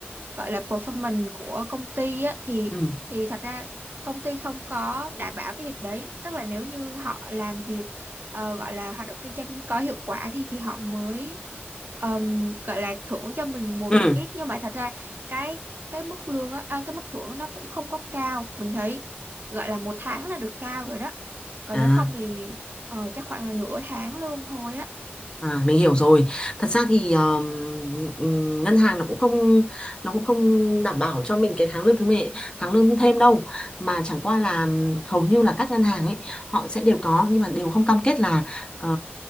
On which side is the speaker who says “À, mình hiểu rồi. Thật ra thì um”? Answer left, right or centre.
Left